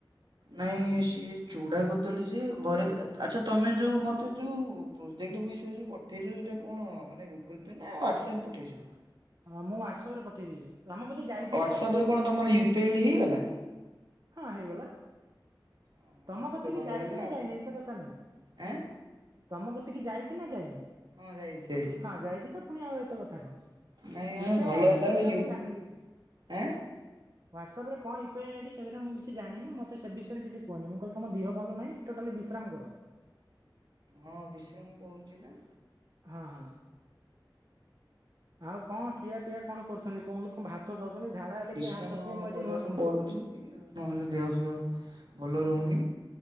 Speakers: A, on the right; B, on the right.
A: ନାଇଁ ସିଏ ଚୁଡା କଦଳୀ ଯେ ଘରେ ଆଚ୍ଛା ତମେ ଯୋଉ ମତେ ଯୋଉ - ପ୍ରୋଜେକ୍ଟ ବିଷୟରେ ଯୋଉ ପଠେଇଛୁ ସେଇଟା କଣ ମାନେ ଗୁଗୁଲ ପେ ନା ହ୍ୱାଟସଆପ୍ ପଠେଇଛୁ।
B: ହଁ ମୁଁ ହ୍ୱାଟସପରେ ପଠେଇ ଦେଇଛି ତମ କତିକି ଯାଇଛି
A: ହ୍ୱାଟସପରେ
B: ତ
A: ରେ କଣ ତମର ୟୁପି ଆଇଡି ହେଇଗଲା।
B: ହଁ ହେଇଗଲା।
A: ହଁ
B: ତମ
A: ତାହେଲେ
B: କତିକି
A: ଭଲ
B: ଯାଇଛି
A: ହେଲା
B: ନା
A: ଆଗକୁ
B: ଯାଇନି ଏତେ କଥା ନାଇଁ।
A: ଆଁ
B: ତମ କତିକି ଯାଇଛି ନା ଯାଇନି
A: ହଁ ଯାଇଛି ଯାଇଛି।
B: ହଁ ଯାଇଛି ତ ପୁଣି ଆଉ ଏତେ କଥା କଣ
A: ନାଇଁ
B: ୟୁପିଆଇ
A: ଆଁ ଭଲ
B: ଆଇଡି
A: ହେଲା
B: ସେଗୁରା
A: ଗୋଟେ ୟୁ
B: ମୁଁ ଜାଣିନି କିଛି।
A: ଆଁ
B: ହ୍ୱାଟସପରେ କଣ ୟୁପିଆଇ ଆଇଡି ସେଗେରା ମୁଁ କିଛି ଜାଣିନି ମତେ ସେ ବିଷୟରେ କିଛି - କୁହନି ମୁଁ କହିଲି ତମ ଦିହ ଭଲ ନାହିଁ ଟୋଟାଲି ବିଶ୍ରାମ କର।
A: ହଁ ବିଶ୍ରାମ କରୁଚି ନା।
B: ହଁ ହଁ ଆଉ କଣ ଖିଆ ପିଆ କଣ କରୁଛନ୍ତି କଣ ଲୋ କଣ ଭାତ ଖାଉଛନ୍ତି ଝାଡା ହେଲେ
A: ବିଶ୍ରାମ
B: କିଏ ଭାତ ଖାଏ ମୁଁ ଆଜି
A: କରିବାକୁ
B: ନୂଆ ଶୁଣୁଚି
A: ପଡୁଛି ଆଉ ନହେଲେ ଦେହ ଫେହ ଭଲ ରହୁନି।